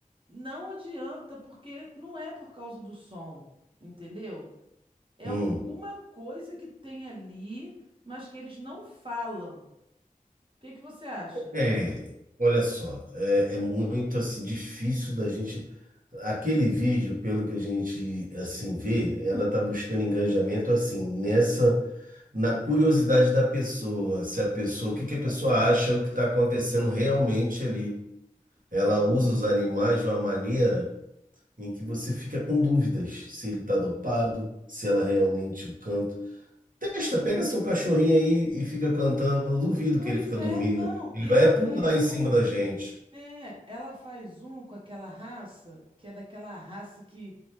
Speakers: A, on the right; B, on the right.
A: Não adianta, porque não é por causa do som, entendeu? É
B: Hum.
A: alguma coisa que tem ali, mas que eles não falam. O que que você acha?
B: É, olha só, é, é muito assim difícil da gente. Aquele vídeo, pelo que a gente assim vê, ela tá buscando engajamento assim nessa na curiosidade da pessoa, se a pessoa, o que que a pessoa acha o que está acontecendo realmente ali. Ela
A: Uhum.
B: usa os animais de uma maneira em que você fica com dúvidas se ele está dopado, se ela realmente o canta. Testa, pega seu cachorrinho aí e fica cantando. Eu duvido
A: Pois
B: que ele fica
A: é,
B: dormindo.
A: não.
B: Ele
A: E
B: vai
A: ela
B: é pular
A: faz
B: em cima
A: um.
B: da gente.
A: É, ela faz um com aquela raça, que é daquela raça que